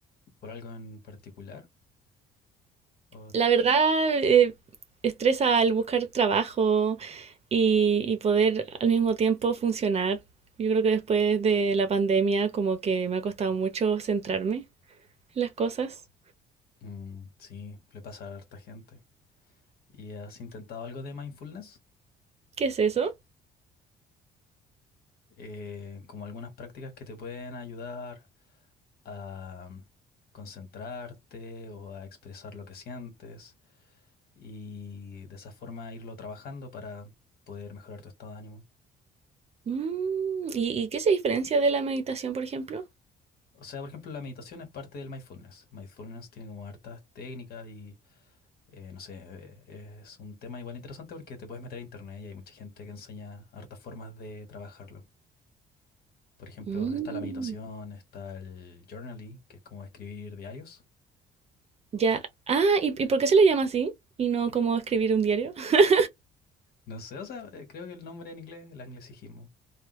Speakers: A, on the left; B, on the right.
A: ¿Por algo en particular? O,
B: La verdad, eh, estresa al buscar trabajo y, y poder al mismo tiempo funcionar. Yo creo que después de la pandemia como que me ha costado mucho centrarme en las cosas.
A: mm, sí, le pasa a harta gente. ¿Y has intentado algo de mindfulness?
B: ¿Qué es eso?
A: Eh, como algunas prácticas que te pueden ayudar a mm, concentrarte o a expresar lo que sientes y de esa forma irlo trabajando para poder mejorar tu estado de ánimo.
B: Mm, ¿y, y qué se diferencia de la meditación, por ejemplo?
A: O sea, por ejemplo, la meditación es parte del mindfulness. Mindfulness tiene como hartas técnicas y Eh, no sé, eh, es un tema igual interesante porque te puedes meter a internet y hay mucha gente que enseña hartas formas de trabajarlo. Por ejemplo,
B: Mm,
A: está la meditación, está el journaling, que es como escribir diarios.
B: ya. Ah, ¿y, y por qué se le llama así? Y no como escribir un diario. <laughs>
A: No sé, o sea, eh, creo que el nombre en inglés, el anglicismo.